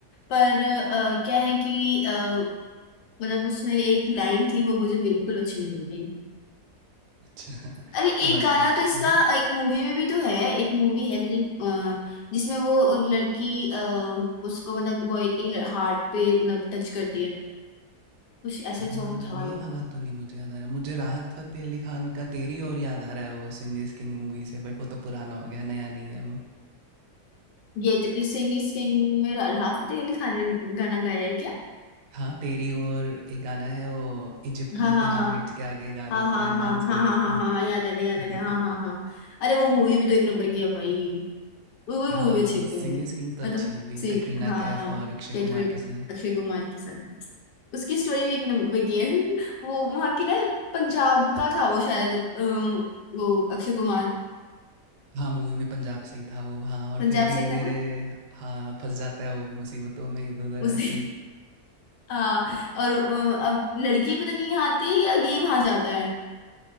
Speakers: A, on the left; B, on the right.
A: पर अ, क्या है कि अ, मतलब उसमें एक लाइन थी वो मुझे बिल्कुल अच्छी नहीं लगी
B: अच्छा <laughs>
A: अरे
B: कोई
A: एक
B: बात
A: गाना
B: नहीं
A: तो इसका
B: हम्म।
A: एक मूवी में भी तो है एक मूवी है पता नहीं अ, जिसमें वो लड़की अ, उसको मतलब वो एक हार्ट पे मतलब टच करती है कुछ ऐसा
B: अ,
A: सॉन्ग
B: ये
A: था
B: वाला
A: एक
B: तो नहीं मुझे याद आ रहा। मुझे राहत फ़तेह अली खान का तेरी ओर याद आ रहा है वो सिंह इज़ किंग मूवी से बट वो तो पुराना हो गया, नया नहीं है वो।
A: ये सिंग इज किंग में राहत फतेह अली खान ने गाना गाया है क्या
B: हाँ, तेरी ओर एक गाना है वो इजिप्ट
A: हाँ
B: में
A: हाँ
B: पिरामिड्स के आगे गा रहे
A: हाँ
B: होते
A: हाँ हाँ
B: हैं, डांस
A: हाँ
B: कर
A: हाँ
B: रहे होते
A: हाँ हाँ
B: हैं।
A: हाँ हाँ, याद आ गया याद
B: <laughs>
A: आ गया हाँ हाँ हाँ अरे वो मूवी भी तो एक नंबर की है भाई वही वही
B: हाँ,
A: मूवी अच्छी लगती
B: सिंह
A: है मुझे
B: इज़ किंग तो
A: मतलब
B: अच्छी मूवी
A: सी
B: है, कटरीना
A: हाँ
B: कैफ और अक्षय
A: कैटरेक
B: कुमार के साथ।
A: अक्षय कुमार के साथ उसकी स्टोरी भी एक नंबर की है <laughs> वो वहाँ की ना पंजाब का था वो शायद अम, वो अक्षय कुमार
B: हाँ, मूवी में पंजाब से ही था वो हाँ और
A: पंजाब
B: फिर धीरे-धीरे
A: से ही था ना
B: हाँ, फँस जाता है वो मुसीबतों में इधर-उधर
A: उसे
B: आई थिंक।
A: <laughs> हाँ और अम, अब लड़की पता नहीं यहाँ आती है या ये वहां जाता है